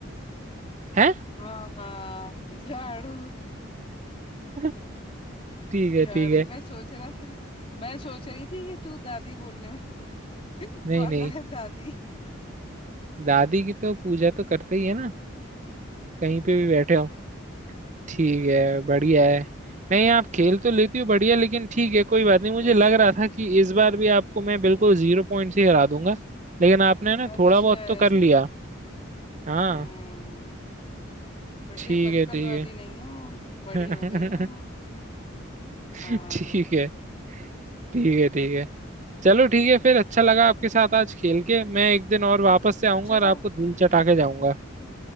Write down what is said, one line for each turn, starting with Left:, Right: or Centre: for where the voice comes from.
Right: है
Left: हाँ झाड़ू
Right: <laughs> ठीक है
Left: झाड़ू
Right: ठीक है
Left: मैं सोच रहा था मैं सोच रही थी कि तू दादी बोलने <laughs>
Right: नहीं
Left: वाला
Right: नहीं
Left: है दादी
Right: दादी की तो पूजा तो करते ही है ना कहीं
Left: हाँ
Right: पे भी बैठे हो ठीक है बढ़िया
Left: हम्म
Right: है नहीं आप खेल तो लेती हो बढ़िया लेकिन ठीक है कोई बात नहीं मुझे
Left: जल्दी
Right: लग
Left: रहती
Right: रहा था कि इस बार भी आपको मैं बिल्कुल जीरो पॉइंट से हरा दूंगा लेकिन आपने ना
Left: अच्छा
Right: थोड़ा बहुत
Left: ऐसे
Right: तो कर लिया
Left: ही
Right: हाँ
Left: हम्म बेटे
Right: ठीक
Left: बचपन
Right: है ठीक
Left: वाली नहीं हो बड़ी
Right: है
Left: हो गई हो
Right: <laughs>
Left: हाँ
Right: ठीक है ठीक है ठीक है चलो ठीक है फिर अच्छा लगा आपके साथ आज खेल के मैं एक दिन और वापस से आऊंगा
Left: अच्छा
Right: और
Left: लगा
Right: आपको धूल चटा के जाऊंगा